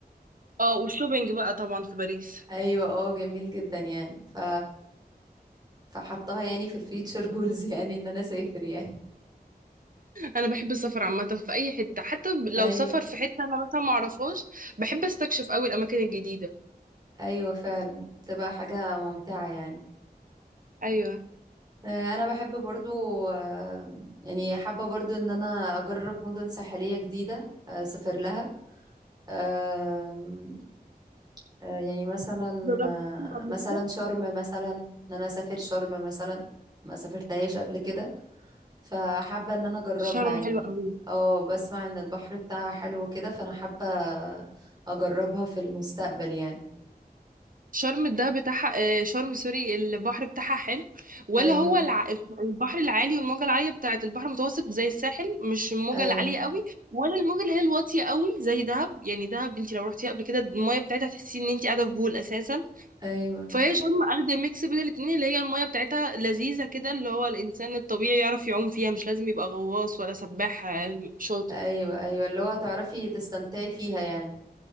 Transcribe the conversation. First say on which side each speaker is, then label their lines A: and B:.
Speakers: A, on the right; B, on the right.
A: اه والشوبينج بقى طبعا في باريس
B: ايوه اه جميل جدا يعني ف فحطها يعني في الفيتشر جولز <laughs> يعني ان انا اسافر يعني
A: انا بحب السفر عامه في اي حته حتى لو
B: ايوه
A: سفر في حته انا مثلا ما اعرفهاش بحب استكشف قوي الاماكن الجديده
B: ايوه فعلا تبقى حاجة ممتعة يعني
A: ايوه
B: آه، انا بحب برضو آه، يعني حابة برضو ان انا اجرب مدن ساحلية جديدة آه، اسافر لها آم، آه، يعني مثلا
A: جربت شرم قبل
B: آه، مثلا
A: كده
B: شرم مثلا ان انا اسافر شرم مثلا ما سافرتهاش قبل كده فحابة ان انا اجربها
A: شرم
B: يعني
A: حلوه قوي
B: اه بسمع ان البحر بتاعها حلو كده فانا حابة اجربها في المستقبل يعني
A: شرم ده بتاعها آه، شرم سوري البحر بتاعها حلو ولا
B: ايوه
A: هو الع... البحر العالي والموجة العالية بتاعت البحر المتوسط زي الساحل مش الموجة
B: ايوه
A: العالية قوي ولا الموجة اللي هي الواطية قوي زي دهب يعني دهب انت لو رحتيها قبل كده المية بتاعتها تحسي ان انت قاعدة في بول اساسا
B: ايوه
A: فهي شرم اخدة ميكس بين الاتنين اللي هي المية بتاعتها لذيذة كده اللي هو الانسان الطبيعي يعرف يعوم فيها مش لازم يبقى غواص ولا سباح آه، شاطر
B: ايوه ايوه اللي هو تعرفي تستمتعي فيها يعني